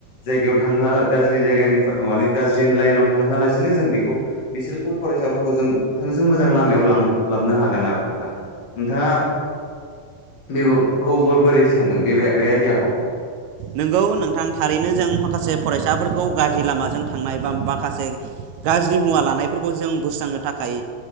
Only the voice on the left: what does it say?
जायगायाव थांहोआ गाज्रि जायगानि माने गाज्रि लाइनाव थांहोआलासिनो जों बेखौ बिसोरखौ फरायसाफोरखौ जों थोंजों मोजां लामायाव लां लाबनो हागोन आरो नोंथां नोंथाङा बेबबखौबो बोरै सानदों बे बे आइदियाखौ